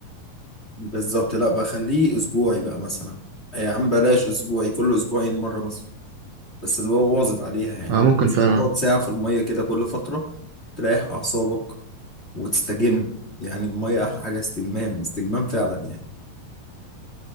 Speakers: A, on the left; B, on the right.
A: بالظبط لا بقى خليه اسبوعي بقى مثلا يا عم بلاش اسبوعي كل اسبوعين مره مثلا بس اللي هو واظب عليها يعني
B: أنا ممكن
A: لازم
B: فعلا
A: تقعد ساعه في الميه كده كل فتره تريح اعصابك وتستجم يعني الميه احلى حاجه استجمام استجمام فعلا يعني